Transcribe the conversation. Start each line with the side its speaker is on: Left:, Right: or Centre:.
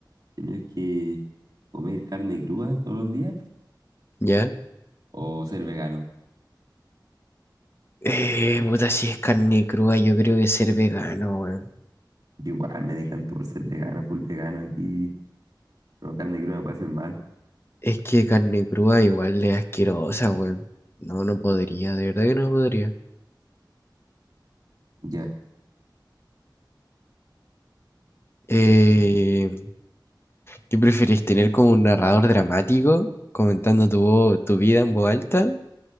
Right: tener que comer carne cruda todos los días
Left: ¿Ya?
Right: o ser vegano?
Left: Eh, puta, si es carne cruda, yo creo que ser vegano, weón.
Right: Igual me decanto por ser vegano, full vegano aquí. No, carne cruda me puede hacer mal.
Left: Es que carne cruda igual es asquerosa, weón. No, no podría, de verdad que no podría.
Right: Ya,
Left: Eh,
Right: no,
Left: ¿qué preferís, tener como un narrador dramático comentando tu, vo- tu vida en voz alta